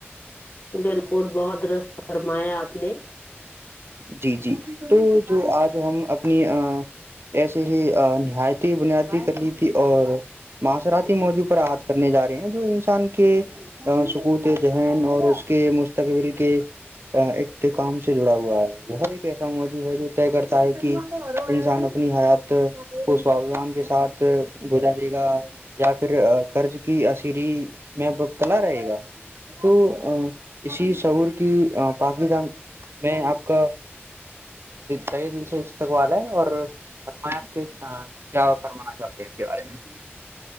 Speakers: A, on the left; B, on the right.
A: بالکل بہت ررست فرمایا آپ نے
B: جی جی تو جو آج ہم اپنی ایسے ہی نہایتی ہی بنیادی کر لی تھی اور معاصراتی موضوع پر احط کرنے جا رہے ہیں جو انسان کے سکوت ذہن اور اس کے مستقبل کے اختقام سے جڑا ہوا ہے یہ ایک ایسا موضوع ہے جو طے کرتا ہے کہ انسان اپنی حیات وہ سوابھیمان کے ساتھ گزارے گا یا پھر قرض کی اصری میںتلا رہے گا تو اسی شعور کی پاک جان میں آپ کا کئی دن سے اسستک والا ہے اور فرمایا آپ کے کیا فرمانا چاہتے ہیں اس کے بارے میں